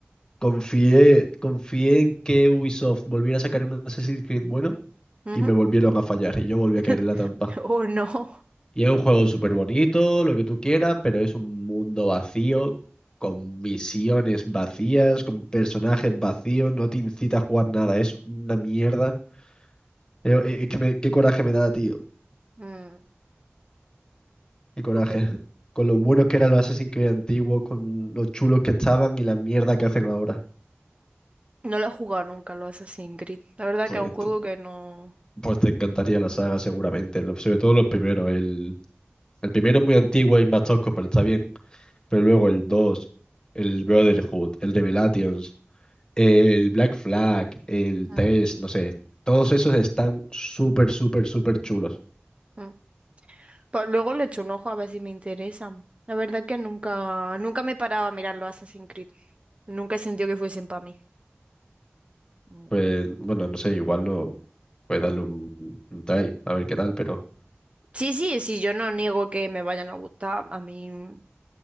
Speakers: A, on the left; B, on the right.
A: Confié, confié en que Ubisoft volviera a sacar un Assassin's Creed bueno
B: Ujú.
A: y me volvieron a fallar y yo volví
B: <laughs>
A: a caer en la trampa.
B: Oh, no.
A: Y es un juego súper bonito, lo que tú quieras, pero es un mundo vacío, con misiones vacías, con personajes vacíos, no te incita a jugar nada, es una mierda. Eh, eh, Es que me- qué coraje me da, tío,
B: Mm.
A: qué coraje.
B: Jope.
A: Con lo buenos que eran los Assassin's Creed antiguos, con los chulos que estaban y la mierda que hacen ahora.
B: No lo he jugado nunca, lo Assassin's Creed. La verdad
A: Pues,
B: que es un juego
A: te-
B: que no...
A: pues te encantaría la saga seguramente, lo- sobre todo los primeros. El, el primero es muy antiguo y más tosco, pero está bien. Pero luego el dos el Brotherhood, el Revelations. El Black Flag, el
B: Ah.
A: Test, no sé, todos esos están súper, súper, súper chulos.
B: Mm. Pues luego le echo un ojo a ver si me interesan. La verdad que nunca, nunca me he parado a mirar los Assassin's Creed. Nunca he sentido que fuesen para mí. Mm.
A: Pues, bueno, no sé, igual no puede darle un, un try, a ver qué tal, pero.
B: Sí, sí, sí, yo no niego que me vayan a gustar. A mí, mm,